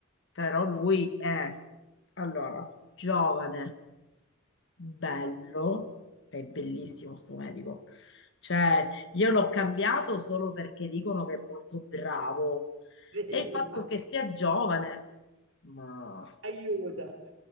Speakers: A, on the left (about 65°); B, on the right (about 75°).
A: Però lui è, allora, giovane. bello,
B: Eh,
A: è bellissimo sto medico. Cioè, io l'ho cambiato solo perché dicono che è molto bravo.
B: <laughs> sì,
A: E il fatto
B: ma-
A: che sia giovane, ma,
B: aiuta.